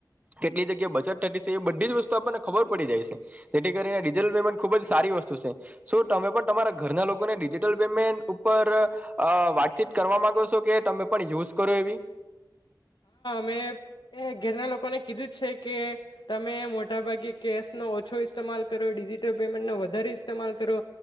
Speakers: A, on the right; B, on the left.
A: કેટલી જગ્યાએ બચત થતી સે, એ બધી જ વસ્તુ આપણને ખબર પડી જાય સે. જેથી કરીને ડિજીિટલ પેમેન્ટ ખુબ જ સારી વસ્તુ સે. શું તમે પણ તમારા ઘરના લોકોને ડિજિટલ પેમેન્ટ ઉપર અહ વાતચીત કરવા માંગો છો કે તમે પણ યુઝ કરો એવી?
B: મેં એ ઘરના લોકોને કીધું જ છે કે તમે મો મોટાભાગે કેશ નો ઓછો ઇસ્તેમાલ કરો, ડિજિટલ પેમેન્ટ નો વધારે ઇસ્તેમાલ કરો.